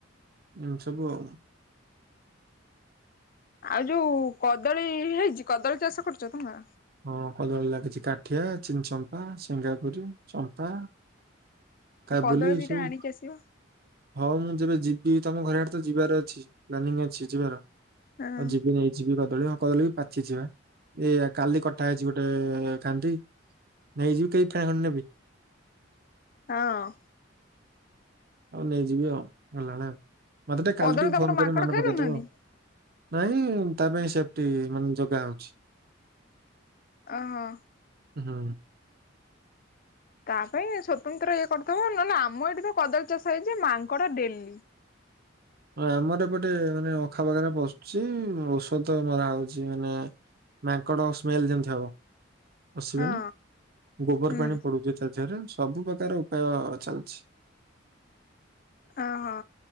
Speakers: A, on the right (about 50°); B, on the left (about 45°).
A: ଏମିତି ସବୁ ଆଉ।
B: ଆଉ ଯୋଉ କଦଳୀ ହେଇଛି କଦଳୀ ଚାଷ କରୁଛ ତମର?
A: ହଁ କଦଳୀ ଲାଗିଛି କାଠିଆ ଚିନଚମ୍ପା ସିଙ୍ଗାପୁରି ଚମ୍ପା।
B: ଆଉ
A: କାବୁଲି
B: କଦଳୀ
A: ଏ
B: ଦିଟା
A: ସବୁ।
B: ଆଣିକି ଆସିବ।
A: ହଉ ମୁଁ ଯେବେ ଯିବି ତମ ଘର ଆଡ଼େ ତ ଯିବାର ଅଛି ପ୍ଲାନିଂ ଅଛି ଯିବାର। ହଉ
B: ହଁ
A: ଯିବି ଯଦି ନେଇ ଯିବି କଦଳୀ ଆଉ କଦଳୀ ବି ପାଚିଚି ବା ଏ ଆ କାଲି କଟା ହେଇଛି ଗୋଟେ କାନ୍ଧି ନେଇଯିବି କେଇ ଫେଣା ଖଣ୍ଡେ ନେବି?
B: ହଁ।
A: ହୋଉ ନେଇଯିବି ଆଉ ଗଲାବେଳେ ଆଉ ମତେ ଟିକେ କାଲି
B: କଦଳୀ
A: ଟିକେ
B: ତମର
A: ଫୋନ
B: ମାଙ୍କଡ
A: କରି ମନେ
B: ଖାଇ
A: ପକେଇଦବ
B: ଦଉନାହାନ୍ତି?
A: ଆଉ। ନାହିଁ ତା ପାଇଁ ସେଫ୍ଟି ମାନେ ଜଗା ହୋଉଛି।
B: ଆହଁ।
A: ହୁଁ।
B: ତା ପାଇଁ ସ୍ୱତନ୍ତ୍ର ଇଏ କରିଥିବ ନହେଲେ ଆମ ଏଇଠି ତ କଦଳୀ ଚାଷ ହେଇଛି ମାଙ୍କଡ଼ ଡେଲି।
A: ହଁ ଆମର ଏପଟେ ମାନେ ଅଖା ବଖାରେ ପଶୁଛି ଔଷଧ ମରା ହଉଛି ମାନେ ମାଙ୍କଡ଼ ସ୍ମେଲ ଯେମିତି ହବ। ପସିବେନି
B: ହଁ
A: ଗୋବର
B: ହୁଁ।
A: ପାଣି ପଡ଼ୁଛି ତା ଦେହରେ ସବୁ ପ୍ରକାର ଉପାୟ ଚାଲିଛି।
B: ଆ ହଁ।